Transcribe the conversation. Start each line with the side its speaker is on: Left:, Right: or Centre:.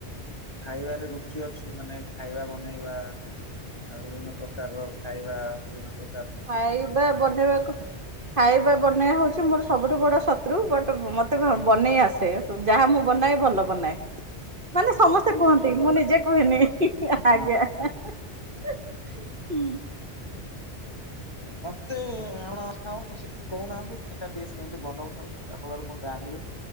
Left: ଖାଇବାରେ ରୁଚି ଅଛି ମାନେ ଖାଇବା ବନେଇବା ଆଉ ବିଭିନ୍ନ ପ୍ରକାର ର ଖାଇବା ବିଭିନ୍ନ ପ୍ରକାର
Right: ଖାଇବା ବନେଇ ବାକୁ ଖାଇବା ବନେଇବା ହୋଉଚି ମୋର୍ ସବୁଠୁ ବଡ଼ ଶତ୍ରୁ ବଟ୍ ଭ ମତେ ବନେଇ ଆସେ। ଯାହା ମୁଁ ବନାଏ ଭଲ ବନାଏ।
Left: <inaudible>
Right: ମାନେ ସମସ୍ତେ
Left: ଶତ୍ରୁ
Right: କୁହନ୍ତି
Left: କିନ୍ତୁ ବନାଏ
Right: ମୁଁ ନିଜେ କୁହେନି ହିଁ
Left: ହଁ।
Right: ଆଜ୍ଞା। ଏ ହୁଁ।
Left: ମତେ ଆପଣ <unintelligible> କହୁ ନାହାନ୍ତି ଦି ଟା ଡିସ୍ କେମିତି ବନୋଉଛନ୍ତି ଯାହା ଫଳରେ ମୁଁ ଜାଣିବି।